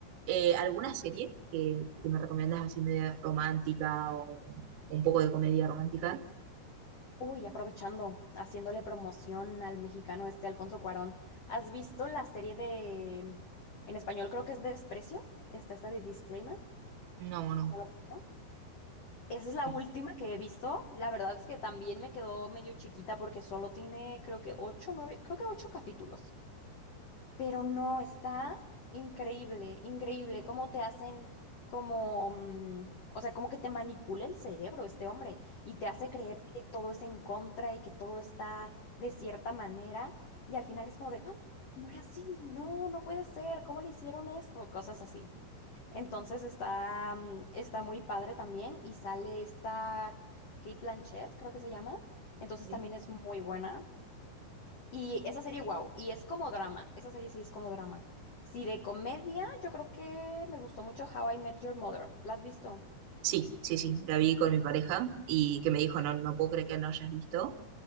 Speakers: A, on the right; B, on the left.
A: Eh, ¿alguna serie que, que me recomiendas así media romántica o un poco de comedia romántica?
B: Uy, aprovechando, haciéndole promoción al mexicano este Alfonso Cuarón. ¿Has visto la serie de, en español creo que es Desprecio? Está esta de Disclaimer.
A: No, no, no.
B: ¿No la has visto? Esa es la
A: Ok,
B: última que he visto. La verdad es que también me quedó medio chiquita porque solo tiene, creo que ocho, nueve, creo que ocho capítulos. Pero no, está increíble, increíble cómo te hacen como, mm, o sea, como que te manipula el cerebro este hombre y te hace creer que todo es en contra y que todo está de cierta manera y al final es como de, "Ah, no era así, no, no puede ser, ¿cómo le hicieron esto? Cosas así. Entonces está, mm, está muy padre también y sale esta Kate Blanchett, creo que se llama, entonces
A: ok.
B: también es muy buena. Y esa serie, wow, y es como drama, esa serie sí es como drama. Sí, de comedia, yo creo que me gustó mucho How I Met Your Mother. ¿La has visto?
A: Sí, sí, sí, la vi con mi pareja y que me dijo, no, no puedo creer que no hayas visto.